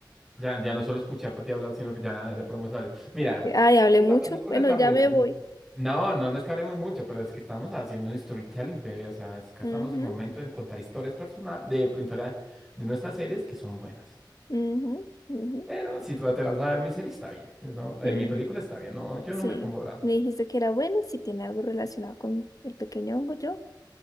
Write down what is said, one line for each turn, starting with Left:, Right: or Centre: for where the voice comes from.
Centre: Ya, ya no solo escucharte a ti hablar, sino que ya, ya podemos saber. Mira,
Left: Ay, hablé
Centre: esta
Left: mucho.
Centre: película
Left: Bueno,
Centre: está
Left: ya
Centre: buena.
Left: me
Centre: N-
Left: voy.
Centre: No, no, no es que hablemos mucho, pero es que estamos haciendo un storytelling, bebé. O sea, es que
Left: Ujú,
Centre: estamos en el momento en contar historias personales, de contar de nuestras series que son buenas.
Left: ujú, ujú.
Centre: Pero si tú te vas a ver mi serie, está bien. ¿no? En
Left: Sí,
Centre: mi película está bien. No, yo
Left: sí.
Centre: no me pongo bravo.
Left: Me dijiste que era bueno. Si tiene algo relacionado con el pequeño hongo, yo